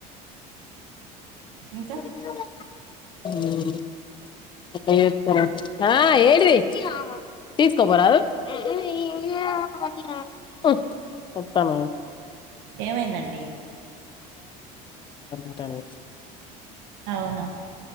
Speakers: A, on the left; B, on the right.
A: కొ
B: ఇంకా
A: హమ్ ఎట్ల చెత్తారు
B: ఏమైందండి
A: ట్టానికి
B: అవునా